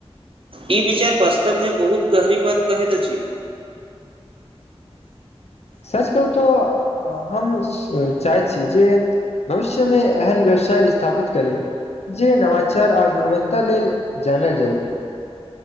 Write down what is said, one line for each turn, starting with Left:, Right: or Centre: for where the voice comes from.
Right: ई विचार वास्तव में बहुत गहरी बात कहैत अछि।
Left: सच कहू तऽ हम चाहैत छी जे- भविष्यमे एहन व्यवसाय स्थापित करी, जे नमाचार आ गुणवत्ता लेल जानल जाइ।